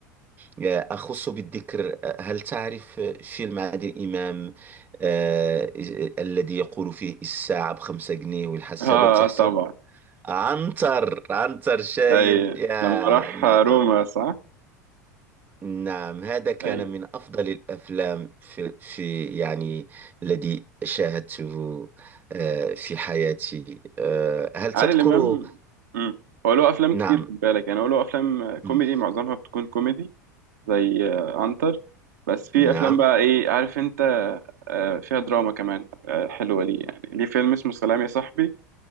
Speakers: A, on the right; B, on the right.
A: وأخص بالذكر آه، هل تعرف آه، فيلم عادل إمام آه، الذي يقول فيه الساعة بخمسة جنيه والحسابة
B: اه
A: بتحسب
B: طبعا
A: عنتر عنتر شايل
B: اي
A: يا
B: لما راح
A: نعم
B: روما صح
A: نعم هذا كان
B: اي
A: من أفضل الأفلام في, في يعني الذي شاهدته آه، في حياتي آه، هل
B: عادل
A: تذكر
B: امام مم. هو له افلام كتير
A: نعم
B: خد بالك يعني هو له افلام كوميدي
A: مم.
B: معظمها بتكون كوميدي زي آه، عنتر بس في
A: نعم
B: افلام بقى ايه عارف انت آه، فيها دراما كمان آه، حلوه ليه يعني ليه فيلم اسمه سلام يا صاحبي